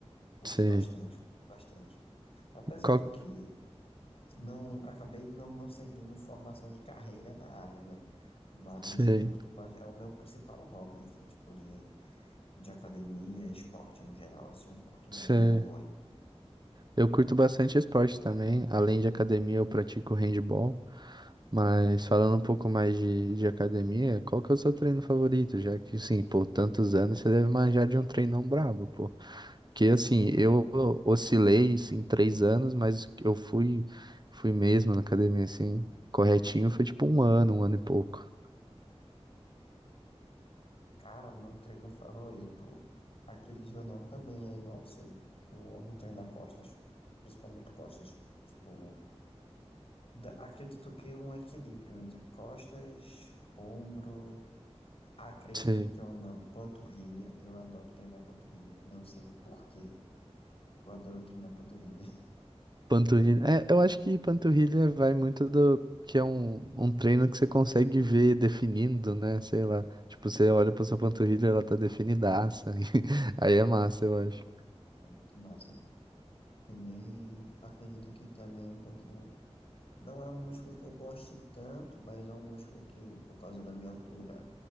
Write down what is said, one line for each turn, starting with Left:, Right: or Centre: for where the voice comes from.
Left: Curto
Right: Você,
Left: bastante, curto bastante. Apesar
Right: qual,
Left: de que não acabei não, não seguindo formação de carreira na área, né? Mas
Right: você,
Left: curto, ba- é o meu principal hobby, assim, tipo, de, de academia, esporte no geral, assim, eu curto
Right: você...
Left: muito.
Right: Eu curto bastante esporte também. Além de academia, eu pratico handball. Mas falando um pouco mais de, de academia, qual que é o seu treino favorito? Já que, sim, pô, tantos anos, você deve manjar de um treinão brabo, pô. Que assim, eu oscilei assim, em três anos, mas eu fui, fui mesmo na academia, assim, corretinho, foi tipo um ano, um ano e pouco.
Left: Cara, meu treino favorito, acredite ou não, também é igual ao seu. Eu amo treinar costas, principalmente costas. Tipo, da- acredito que um equilíbrio entre costas, ombro, acredite
Right: sim
Left: ou não, panturrilha. Eu adoro treinar panturrilha, não sei por quê, eu adoro treinar panturrilha.
Right: Panturrilha. É, eu acho que panturrilha vai muito do que é um, um treino que você consegue ver definindo, né? Sei lá. Tipo, você olha
Left: <laughs>
Right: pra sua panturrilha, ela tá definidaça. <laughs> Aí é massa, eu acho.
Left: É muito massa. Também acredito que também um pouquinho. Não é um músculo que eu goste tanto, mas é um músculo que, por causa da minha altura,